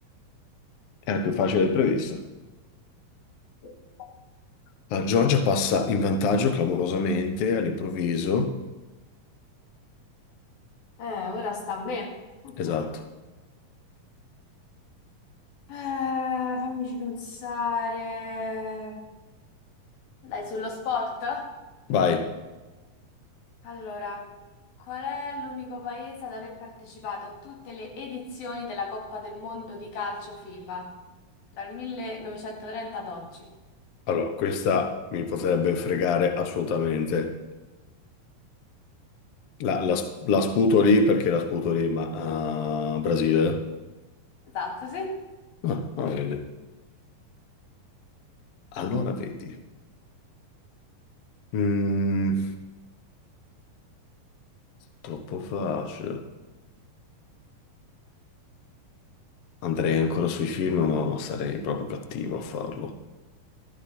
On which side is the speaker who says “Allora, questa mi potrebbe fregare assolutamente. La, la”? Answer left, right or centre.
Left